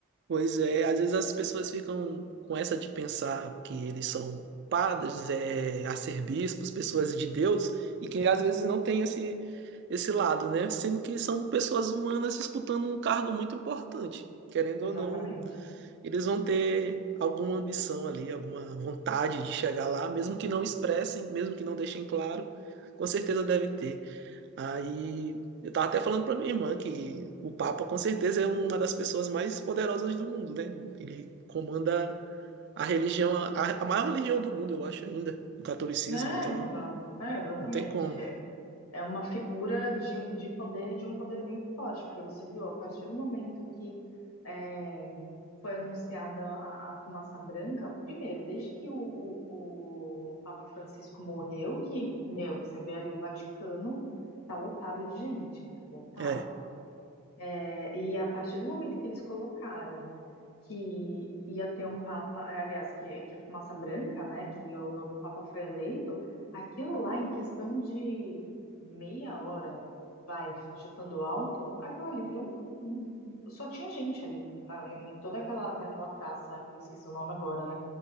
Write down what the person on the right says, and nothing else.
Pois é, às vezes as pessoas ficam com essa de pensar que eles são padres, é, arcebispos, pessoas de Deus, e que às vezes não tem esse, esse lado, né? Sendo que são pessoas humanas disputando um cargo muito importante. Querendo ou
não, eles vão ter alguma ambição ali, alguma vontade de chegar lá, mesmo que não expressem, mesmo que não deixem claro, com certeza deve ter. Aí eu tava até falando pra minha irmã que o Papa com certeza é uma das pessoas mais poderosas do mundo, né? Ele comanda a religião, a, a maior religião do mundo, eu acho ainda, o catolicismo,
então
não tem como.
É,